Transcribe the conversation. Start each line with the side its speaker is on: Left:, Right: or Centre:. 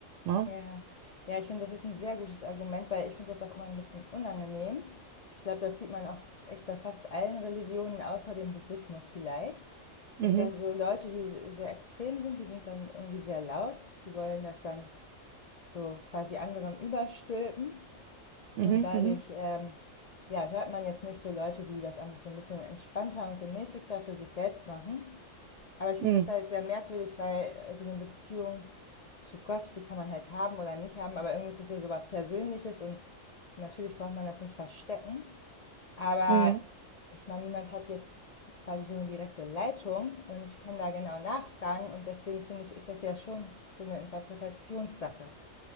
Right: Ne?
Left: Ja, ja, ich finde, das ist ein sehr gutes Argument, weil ich finde das auch immer ein bisschen unangenehm. Ich glaube, das sieht man auch echt bei fast allen Religionen außer dem Buddhismus vielleicht,
Right: Mhm.
Left: dass dann so Leute, die sehr extrem sind, die sind dann irgendwie sehr laut, die wollen das dann so quasi anderen überstülpen
Right: Mhm.
Left: und dadurch,
Right: Mhm.
Left: ähm, ja, hört man jetzt nicht so Leute, die das einfach so ein bisschen entspannter und gemäßigter für sich selbst machen. Aber ich finde
Right: Mhm.
Left: das halt sehr merkwürdig, weil äh, so eine Beziehung zu Gott, die kann man halt haben oder nicht haben, aber irgendwie ist das ja sowas Persönliches und natürlich braucht man das nicht verstecken. Aber
Right: Mhm. Mhm.
Left: ich meine, niemand hat jetzt quasi so eine direkte Leitung und kann da genau nachfragen und deswegen finde ich, ist das ja schon so eine Interpretationssache.